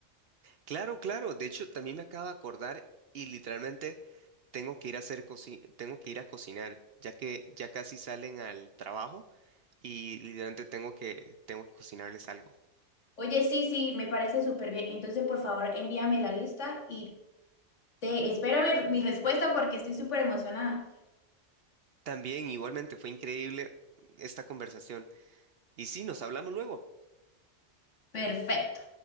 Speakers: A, on the right; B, on the left.
A: Claro, claro. De hecho, también me acabo de acordar y literalmente tengo que ir a hacer coci- tengo que ir a cocinar, ya que ya casi salen al trabajo y literalmente tengo que tengo que cocinarles algo.
B: Oye, sí, sí, me parece súper bien. Entonces, por favor, envíame la lista y te espero mi, mi respuesta porque estoy súper emocionada.
A: También igualmente fue increíble esta conversación. Y sí, nos hablamos luego.
B: Perfecto.